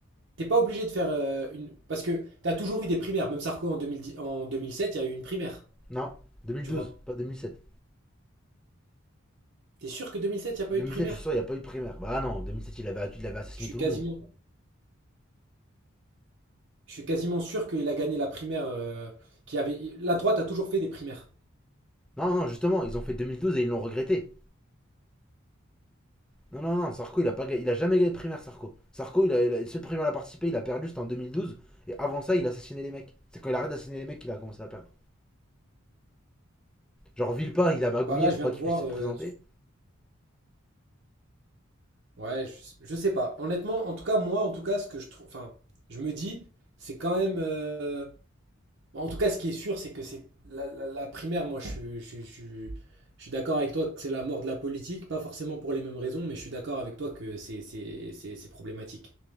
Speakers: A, on the right (about 60°); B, in the centre.
A: t'es pas obligé de faire euh, une, parce que t'as toujours eu des primaires. Même Sarko en 2010 en 2007, il y a eu une primaire,
B: Non, 2012,
A: tu vois.
B: pas 2007.
A: T'es sûr que 2007, il n'y a pas
B: 2007,
A: eu de primaire?
B: je suis sûr, il n'y a pas eu de primaire. Bah non, 2007, il avait, il avait assassiné
A: Je suis
B: tout
A: quasiment,
B: le monde.
A: je suis quasiment sûr qu'il a gagné la primaire euh, qui avait. La droite a toujours fait des primaires.
B: Non, non, justement, ils ont fait 2012 et ils l'ont regretté. Non, non, non, Sarko, il a, pas, il a jamais gagné de primaire, Sarko. Sarko, il a, il a- le seul primaire à participé, il a perdu, c'était en 2012. Et avant ça, il a assassiné les mecs. C'est quand il arrête d'assassiner les mecs qu'il a commencé à perdre. Genre, Villepin, il a magouillé
A: Bah là,
B: pour
A: je viens
B: pas
A: de
B: qu'il
A: voir.
B: puisse se présenter.
A: euh, Ouais, je, je sais pas. Honnêtement, en tout cas, moi, en tout cas, ce que je trouve, enfin, je me dis, c'est quand même. euh, En tout cas, ce qui est sûr, c'est que c'est la, la- la primaire. Moi, je, suis- je, suis- je, suis je suis d'accord avec toi que c'est la mort de la politique, pas forcément pour les mêmes raisons, mais je suis d'accord avec toi que c'est c'est c'est- c'est problématique.